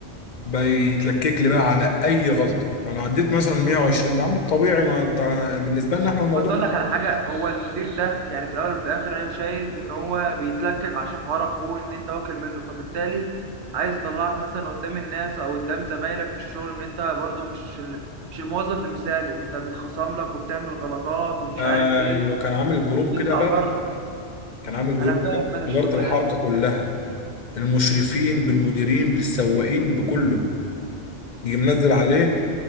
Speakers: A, on the left (about 45°); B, on the right (about 75°).
A: بيتلكك لي بقى على اي غلطه يعني عديت مثلا ال 120 ده عم الطبيعي ما انت بالنسبه لنا احنا الموضوع
B: بس اقول لك على حاجه هو المدير ده يعني في الاول وفي الاخر انا شايف ان هو بيتلكك عشان حوار اخوه ان انت واكل منه فبالتالي عايز يطلعك مثلا قدام الناس او قدام زمايلك في الشغل ان انت برضه مش ال- مش الموظف المثالي انت بيتخصم لك وبتعمل غلطات ومش
A: ايوه
B: عارف ايه
A: كان عامل جروب
B: وبتطلع
A: كده بقى
B: بره
A: كان عامل جروب
B: انا فاهم
A: كده
B: انا الشغل
A: إدارة الحركة
B: ده
A: كلها المشرفين بالمديرين بالسواقين بكله يجي منزل عليه